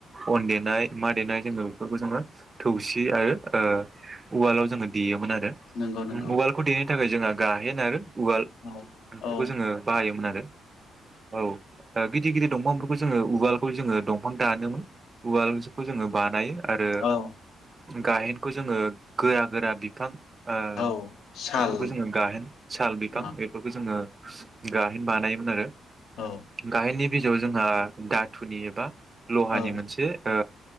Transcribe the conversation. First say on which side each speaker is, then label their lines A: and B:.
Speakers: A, on the right (about 20°); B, on the left (about 80°).
A: ओ अन देनाय मा देनाय जोंङो बेफोरखौ जोंङो थौसि आरो ओ उवालाव जोङो देयोमोन आ रो
B: नंगौ नंगौ
A: उवालखौ दे नो थाखाय जोंहा गाहेन आरो उवाल
B: औ
A: बेफोरखौ
B: औ
A: जोंङो बाहायोमोन आरो। औ। ओ गिदिर गिदिर दंफांफोरखौ जोंङो उवालखौ जोंङो दंफां दानोमोन उवाल खौ जोंङो बानायो आरो
B: औ
A: गाहेनखौ जोंङो गोरा गोरा बिफां ओ
B: औ साल
A: बेफोरखौ जोंङो गाहेन साल बिफां
B: औ
A: बेफोरखौ जोंङो गाहेन बानायोमोन आरो।
B: औ
A: गाहेननि बिजौ जोंहा धातुनि एबा लहानि
B: औ
A: मोनसे ओ